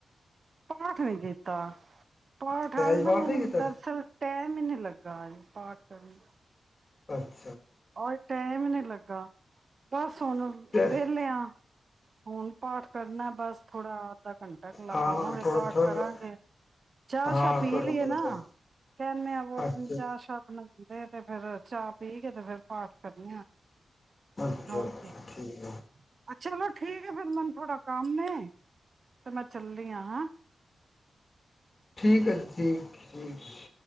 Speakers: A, on the right; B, on the left.
A: ਪਾਠ ਨੀ ਕੀਤਾ। ਪਾਠ
B: ਸਹਿਜ
A: ਆਸਤੇ
B: ਪਾਠ
A: ਮੈਨੂੰ
B: ਨਹੀਂ ਕੀਤਾ
A: ਦਰਅਸਲ ਟੈਮ ਹੀ ਨੀ ਲੱਗ ਗਏ ਪਾਠ ਕਰਨ
B: ਅੱਛ
A: ਔਰ ਟੈਮ ਹੀ ਨੀ ਲੱਗਾ। ਬੱਸ ਹੁਣ
B: ਤੇ
A: ਵੇਹਲੇ ਹਾਂ। ਹੁਣ ਪਾਠ ਕਰਨਾ ਬਸ ਥੋੜਾ ਅੱਧਾ ਘੰਟਾ ਲਗਾਵਾਂਗੇ
B: ਹਾਂ ਥੋੜਾ
A: ਪਾਠ
B: ਥੋੜਾ
A: ਕਰਾਂਗੇ ਚਾਹ
B: ਹਾਂ
A: ਸ਼ਾਹ ਪੀ
B: ਕਰੋ
A: ਲਈਏ
B: ਕਰੋ
A: ਨਾ
B: ਕਰੋ
A: ਕਹਿੰਨੇ ਆ ਵੌਹਟੀ
B: ਅੱਛਾ
A: ਨੂੰ ਚਾਹ ਸ਼ਾਹ ਬਣਾਈ ਤੇ ਫੇਰ ਚਾਹ ਪੀ ਕੇ ਤੇ ਫਿਰ ਪਾਠ ਕਰਨੀ ਆ
B: ਅੱਛਾ
A: ਹੋ
B: ਅੱਛਾ
A: ਅੱਛਾ
B: ਠੀਕ
A: ਚਲੋ ਠੀਕ ਹੈ ਫਿਰ ਮੈਨੂੰ ਥੋੜਾ ਕੰਮ ਏ ਤੇ ਮੈਂ ਚੱਲਦੀ ਆ ਹੈਂ
B: ਠੀਕ ਹੈ ਜੀ ਠੀਕ <unintelligible>